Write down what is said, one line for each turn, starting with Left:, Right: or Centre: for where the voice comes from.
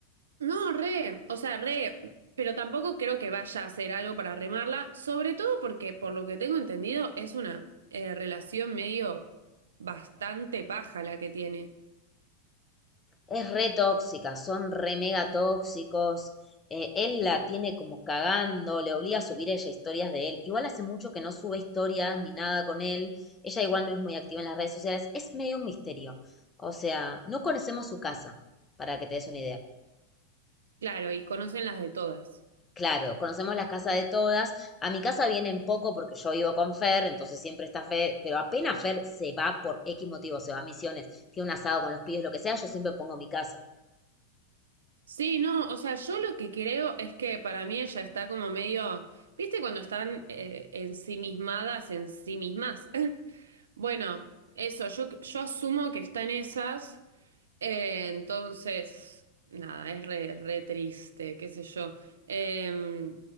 Right: No, re, o sea, re, pero tampoco creo que vaya a hacer algo para remarla, sobre todo porque por lo que tengo entendido es una eh, relación medio bastante paja la que tiene.
Left: Es re tóxica, son re mega tóxicos. eh, él la tiene como cagando, le obliga a subir ella historias de él. Igual hace mucho que no sube historias ni nada con él. Ella igual no es muy activa en las redes sociales. Es medio un misterio. O sea, no conocemos su casa, para que te des una idea.
Right: Claro, y conocen las de todas.
Left: Claro, conocemos las casas de todas. A mi casa vienen poco porque yo vivo con Fer, entonces siempre está Fer, pero apenas Fer se va por X motivo, se va a misiones, tiene un asado con los pibes, lo que sea, yo siempre pongo mi casa.
Right: Sí, no, o sea, yo lo que creo es que para mí ella está como medio, ¿viste cuando están eh, ensimismadas en sí mismas? Bueno, eso, yo, yo asumo que está en esas, eh, entonces, nada, es re, re triste, qué sé yo. Eh,